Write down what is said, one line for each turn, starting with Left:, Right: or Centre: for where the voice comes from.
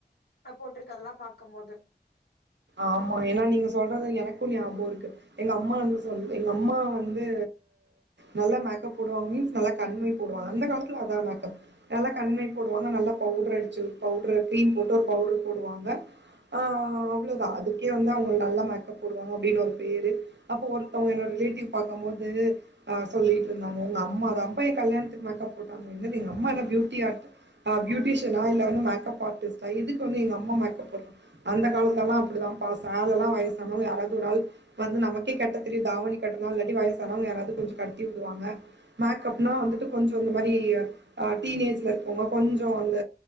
Left: அ போட்ருக்கதல்லா பாக்கம்போது
Right: ஆமா ஏனா நீங்க சொல்றது எனக்கு ஞாபகோ இருக்கு எங்க அம்மா வந்து சொல் எங்க அம்மா வந்து நல்லா மேக்கப் போடுவாங்க மீன்ஸ் நல்லா கண்மை போடுவாங்க அந்த காலத்துல அதா மேக்கப் நல்லா கண்மை போடுவாங்க நல்லா பவுட்ர் அடுச்சுவுட் பவுட்ரு க்ரீம் போட்டு ஒரு பவுட்ரு போடுவாங்க ஆ அ அவ்ளொதா அதுக்கே வந்து அவங்க நல்லா மேக்கப் போடுவாங்க அப்டின் ஒரு பேரு அப்ப ஒருத்தவுங்க என்னோட ரிலேட்டிவ் பாக்கம்போது ஆ சொல்லிட்டு இருந்தாங்க ஒங்க அம்மாதாம்பா எ கல்யாணத்துக்கு மேக்கப் போட்டாங்க என்னது எங்க அம்மா என்ன பியூட்டி ஆர்ட் அ பியூட்டிஷியனா இல்ல வந்து மேக்கப் ஆர்டிஸ்டா எதுக்கு வந்து எங்க அம்மா மேப் போட்றாங்க அந்த காலத் லலா அப்டிதான்பா சேலலா வயசானவங்க யாராவது ஒரு ஆள் வந்து நமக்கே கட்ட தெரியு தாவணி கட்டனு இல்லாட்டி வயசானவங்க யாராது கொஞ்ச கட்டி உடுவாங்க மேக்கப்னா வந்துட்டு கொஞ்சோ இந்த மாரி அ ஆ டீனேஜ்ல இருக்கவங்க கொஞ்சோ அந்த